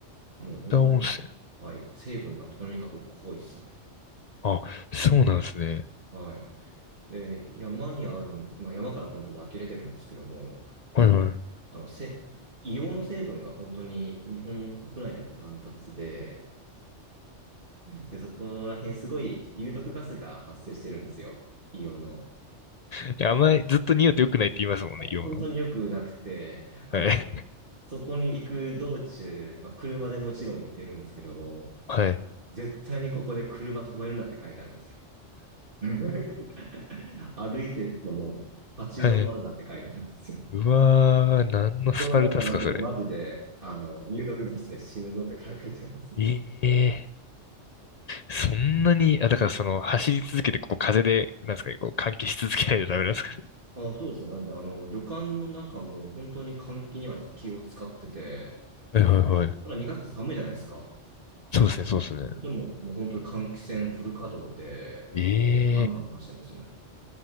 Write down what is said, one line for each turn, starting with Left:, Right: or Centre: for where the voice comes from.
Right: もう本当に、
Left: 半田温泉。
Right: はい。成分がとにかく濃いですね。
Left: あ、そうなんですね。
Right: はい。で、山にある、まあ山から本当湧き出てるんですけども、結構
Left: はいは
Right: あの、せ、硫黄の成分が本当に日本国内でもダントツで、で、そこら辺すごい有毒ガスが発生してるんですよ。硫黄の。
Left: い。いや、あんまりずっと匂うと良くないって言いますもんね、硫黄の。
Right: 本当によくなくて、あの、
Left: はい。
Right: そこに行く道中、まあ、車でもちろん行ってるんですけども、
Left: <laughs> はい。
Right: 絶対にここで車止めるなって書いてあるんですよ。<laughs> 歩いてる人も立ち止まるなって書いてあるんですよ。
Left: はい。うわー、何のスパルタっすか、
Right: 冗談じゃなくて、
Left: それ。
Right: マジで、あの、有毒ガスで死ぬぞって書いてあるんですよ。
Left: ええそんなに、あ、だからその、走り続けて、こう、風で、なんですかね、こう、換気し続けないとダメなんですかね。
Right: あ、そうですね。なんで、あの、旅館の中も本当に換気には気を使ってて、
Left: はいはいはい。
Right: ほら、2月って寒いじゃないですか。
Left: そうですね、そうですね。
Right: でも、もう本当に換気扇フル稼働で、
Left: え
Right: ガンガン回してますね。